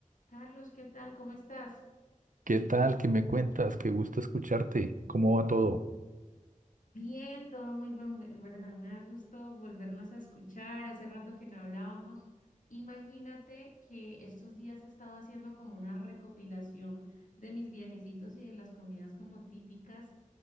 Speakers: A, on the left; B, on the right.
A: Carlos, ¿qué tal? ¿Cómo estás?
B: ¿Qué tal? ¿Qué me cuentas? Qué gusto escucharte. ¿Cómo va todo?
A: Bien, todo muy buen- Bueno, también me da gusto volvernos a escuchar. Hace rato que no hablábamos. Imagínate que estos días he estado haciendo como una recopilación de mis viajecitos y de las comidas como típicas.